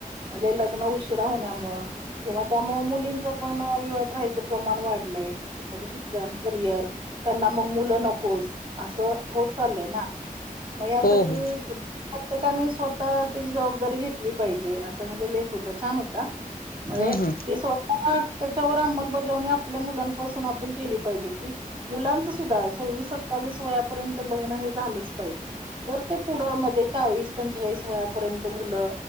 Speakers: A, on the right; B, on the left.
A: म्हणजे लग्न उशिरा होण्यामुंळं. किंवा त्यामुळं मुलींच पण विवाहत राहायचं प्रमाण वाढलंय. म्हणजे शिक्षण करियर त्यांना मग मुलं नकोच असं होत चाललय ना. मग यासाठी.
B: हो हो
A: प्रत्येकाने स्वतः त्याची जबाबदारी घेतली पाहिजे असं म्हणजे लेख होत छान होता. म्हणजे
B: हम्म हम्म
A: ते स्वतः. हा त्याच्यावर अंमलबजावणी आपल्या मुलांपासून आपण केली पाहिजे की - मुलांच सुद्धा सव्वीस सत्तावीस वयापर्यंत लग्न हे झालच पाहिजे. तर ते पुढ म्हणजे चाळीस पंचेचाळीस वयापर्यंत मुल.